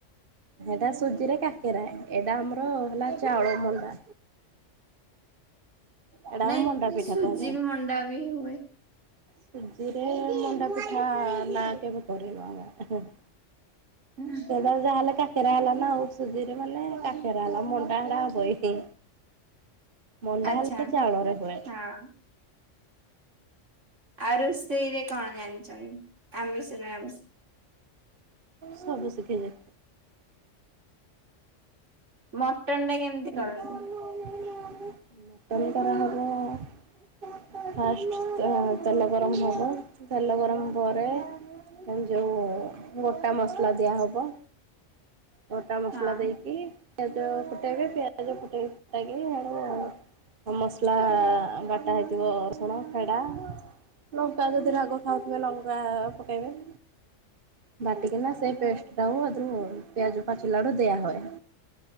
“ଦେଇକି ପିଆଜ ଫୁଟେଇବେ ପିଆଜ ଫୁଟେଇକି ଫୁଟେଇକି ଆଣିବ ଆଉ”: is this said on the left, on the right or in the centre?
Right